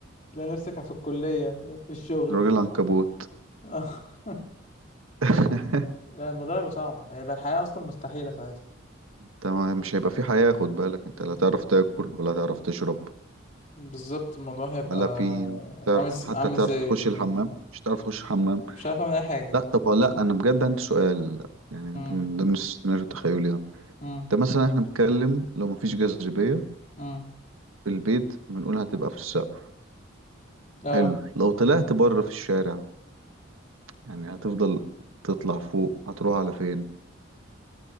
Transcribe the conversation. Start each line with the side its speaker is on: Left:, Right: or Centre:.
Left: تلاقي نفسك في الكليه في الشغل
Right: راجل عنكبوت
Left: ف... <laughs>
Right: <laughs>
Left: لا الموضوع هيبقى صعب هيبقى الحياة أصلا مستحيلة ساعتها
Right: انت ما- مش هيبقى في حياة خد بالك انت
Left: لا.
Right: لا تعرف تاكل ولا تعرف تشرب
Left: بالظبط الموضوع هيبقى
Right: ولا في تعرف
Left: عامل ز-
Right: حتى
Left: عامل
Right: تعرف
Left: زي
Right: تخش
Left: ال...
Right: الحمام مش تعرف تخش الحمام
Left: مش عارف أعمل أي حاجة
Right: لا طب لا انا بجد عندي سؤال يعني
Left: مم.
Right: من ضمن السيناريو التخيلي ده
Left: مم.
Right: ده مثلا احنا بنتكلم لو مفيش جاذبية
Left: مم.
Right: في البيت بنقول هتبقى في السقف
Left: لا
Right: حلو لو طلعت بره في الشارع يعني هتفضل تطلع فوق هتروح على فين